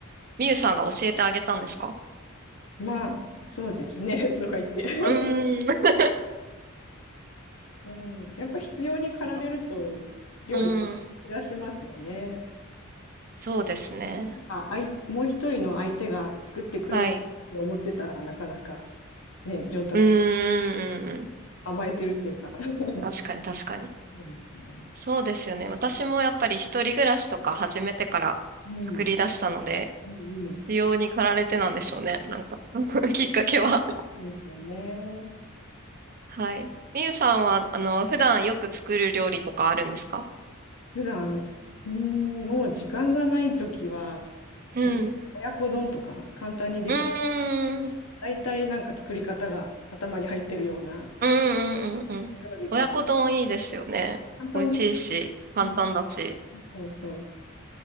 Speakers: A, on the right (about 45°); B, on the left (about 70°).
A: みゆさんが教えてあげたんですか
B: まあ、そうですね <laughs> とか言って <laughs>
A: うーん。
B: うん、やっぱ必要に駆られると料理出しますよね。
A: <laughs> うん。そうですね。
B: うんなんかあい、もう一人の相手が作ってくれると思ってたらなかなか
A: はい。
B: ね、上達、
A: うーん、うん、うん。
B: 甘えてるっていうか <laughs> そ
A: 確かに、確かに。
B: うですね。
A: そうですよね。私もやっぱり一人暮らしとか始めてから作り出したので、
B: うんうんうん。
A: 需要に駆られてなんでしょうね。なんか <laughs> きっかけは。
B: そうですよね。
A: はい。みゆさんは、あの、普段よく作る料理とかあるんですか
B: 普段、うーん、もう時間がないときは、
A: うん。
B: お親子丼とか簡単にでき、
A: うーん、うん、
B: 大体なんか作り方が頭に入ってるような
A: うん、うん。うん親子丼いいですよね。
B: 料理が簡単。
A: 美味しいし、
B: うん
A: 簡単だし。
B: そうそ